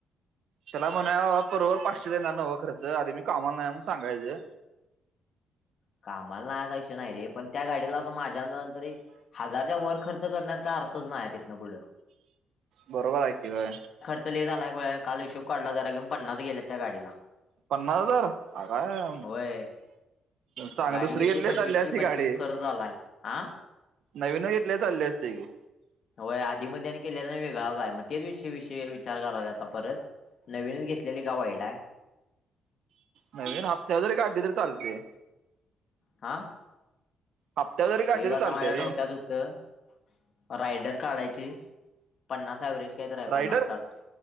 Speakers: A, on the right; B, on the left.
A: त्याला म्हणा बरोबर पाचशे देणार नवं खर्च आधी मी कामाला नाही म्हून सांगायचं.
B: कामाला नाही असा विषय नाही रे पण त्या गाडीला असं मा त्याच्या नंतर हजारच्या वर खर्च करण्यात काय अर्थच नाही तिथन पुढं
A: बरोबर हाय की व
B: च झालायय काल हिशोब काढला जरा क पन्नास गेलेत त्या गाडीला
A: पन्नास हजार आग आय
B: होय
A: चांग
B: गाडी
A: दुसरी घेतली
B: पंचवीसची
A: चाली असती
B: पंचवीस
A: गाडी.
B: खर्च झालाय हा.
A: नवीनच घेतलेय चालले असते की
B: व्हय आधीमध्ये आणि केल्याने वेगळाच आहे मग तेच विष विषय विचार करायला आता परत नवीनीच् घेतलेली का वाईट या
A: नवीन हप्त्या जरी काढली तरी चालते
B: हा
A: हप्त्यांत तरी
B: तेच आता
A: चालते
B: माझ्या डोक्यात
A: रे
B: होतं रायडर काढायची पन्नास ऍव्हरेज कायतर आहे
A: रायडर
B: पन्नास साठ